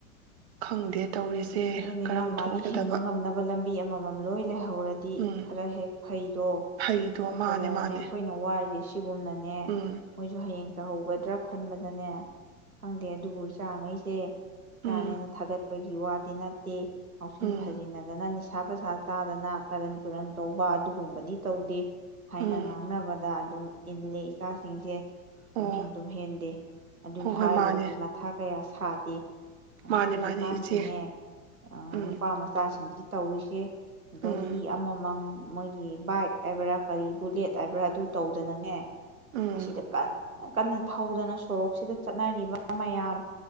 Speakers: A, on the right; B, on the right.
A: ꯈꯪꯗꯦ ꯇꯧꯔꯤꯁꯦ
B: ꯑꯗꯨꯅꯦ
A: ꯀꯔꯝ
B: ꯃꯥꯒꯤ
A: ꯊꯣꯛꯀꯗꯕ
B: ꯃꯥꯒꯤ ꯍꯤꯡꯕ ꯉꯝꯅꯕ ꯂꯝꯕꯤ ꯃꯤ ꯑꯃꯃꯝ ꯂꯣꯏ ꯂꯩꯍꯧꯔꯗꯤ
A: ꯎꯝ
B: ꯈꯔ ꯍꯦꯛ ꯐꯩꯗꯣ
A: ꯐꯩꯗꯣ
B: ꯅꯠꯇꯗꯅꯅꯦ
A: ꯃꯥꯅꯦ ꯃꯥꯅꯦ
B: ꯑꯩꯈꯣꯏꯅ ꯋꯥꯔꯤꯁ ꯁꯤꯒꯨꯝꯅꯅꯦ
A: ꯎꯝ
B: ꯃꯣꯏꯁꯨ ꯍꯌꯦꯡ ꯇꯧꯍꯧꯒꯗ꯭ꯔꯥ ꯈꯟꯕꯗꯅꯦ ꯈꯪꯗꯦ ꯑꯗꯨꯕꯨ ꯏꯆꯥꯒꯩꯁꯦ ꯏꯆꯥꯅꯦꯅ
A: ꯎꯝ
B: ꯊꯥꯒꯠ ꯄꯒꯤ ꯋꯥ ꯅꯠꯇ ꯃꯥꯎꯁꯤꯟ
A: ꯎꯝ
B: ꯐꯥꯖꯤꯅꯗꯅꯅꯤ ꯄꯩꯁꯥ ꯄꯁꯥ ꯆꯥꯗꯅ ꯀꯔꯟ ꯇꯨꯔꯟ ꯇꯧꯕ ꯑꯗꯨꯒꯨꯝꯕꯗꯤ ꯇꯧꯗꯦ ꯍꯥꯏꯅ
A: ꯎꯝ
B: ꯉꯥꯡꯅꯕꯗ ꯑꯗꯨꯝ ꯏꯜꯂꯦ ꯏꯆꯥꯁꯤꯡꯁꯦ
A: ꯑꯣ
B: ꯂꯝꯍꯦꯟ ꯇꯨꯝꯍꯦꯟꯗꯦ ꯑꯗꯨꯒꯤ
A: ꯍꯣꯏ
B: ꯍꯥꯏꯔꯨꯔꯗꯤ
A: ꯍꯣꯏ ꯃꯥꯅꯦ
B: ꯃꯊꯥ ꯀꯌꯥꯁꯨ ꯁꯥꯗꯦ ꯑꯗꯣ
A: ꯃꯥꯅꯦ
B: ꯍꯧꯖꯤꯛꯀꯥꯟꯒꯤꯅꯦ
A: ꯃꯥꯅꯦ ꯏꯆꯦ
B: ꯑ
A: ꯎꯝ
B: ꯅꯨꯄꯥ ꯃꯆꯥꯁꯤ ꯁꯤꯡꯁꯤ ꯇꯧꯔꯤꯁꯦ ꯒꯥꯔꯤ
A: ꯎꯝ
B: ꯑꯃꯃꯪ ꯃꯣꯏꯒꯤ ꯕꯥꯏꯛ ꯍꯥꯏꯕ꯭ꯔꯥ ꯀꯔꯤ ꯕꯨꯂꯦꯠ ꯍꯥꯏꯕ꯭ꯔꯥ ꯑꯗꯨ ꯇꯧꯗꯅꯅꯦ
A: ꯎꯝ
B: ꯑꯁꯤ ꯁꯤꯗ ꯀꯥꯟ ꯀꯟꯅ ꯊꯧꯗꯅ ꯁꯣꯔꯣꯛꯁꯤꯗ ꯆꯠꯅꯔꯤꯕ ꯃꯌꯥꯝ